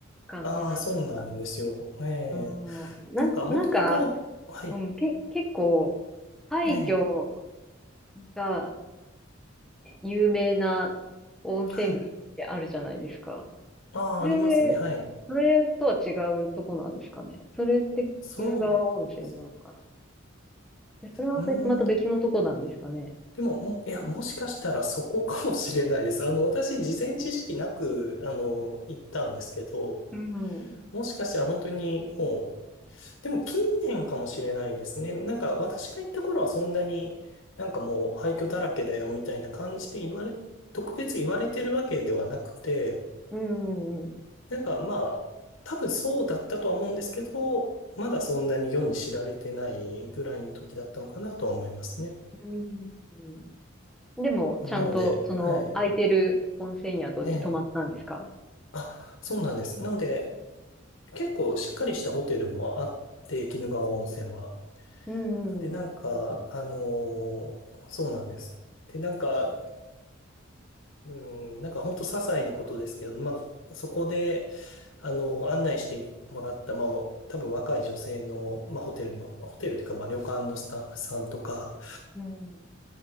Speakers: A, in the centre; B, on the left (about 75°).
A: 感じなんですか。
B: ああ、そうなんですよ。ええ、
A: うん、なん、
B: なんか、もともと、
A: なんか、
B: はい、
A: うん、け、結構、廃墟
B: ええ、
A: が有名な温泉街ってあるじゃないですか。
B: はい、ああ、
A: それ、
B: ありますね、はい。
A: それとは違うとこなんですかね。それって鬼怒川温泉なのかな。
B: そうです。
A: で、それは別、
B: うーん、
A: また別のとこなんですかね。
B: でも、も、いや、もしかしたらそこかもしれないです。あの、私、事前知識なく、あの、行ったんですけど、
A: うん。うん
B: もしかしたら本当にもう、でも近年かもしれないですね。なんか私が行った頃はそんなになんかもう廃墟だらけだよみたいな感じで言われ、特別言われてるわけではなくて、
A: うんうん。
B: なんかまあ多分そうだったとは思うんですけど、まだそんなに世に知られてないぐらいの時だったのかなとは思いますね。
A: うんでも、
B: なので、
A: ちゃんと、その、
B: はい。
A: 空いてる温泉宿に泊まったんですか
B: ええ。あ、そうなんです。なので結構しっかりしたホテルもあって、鬼怒川温泉は。
A: うんうん。
B: で、なんか、あのーそうなんです。で、なんか、うん、なんか本当些細なことですけど、まあ、そこで、あの、案内してもらった、まあ、多分若い女性の、まあ、ホテルの、ホテルというか、まあ、旅館のスタッフさんとか
A: うん。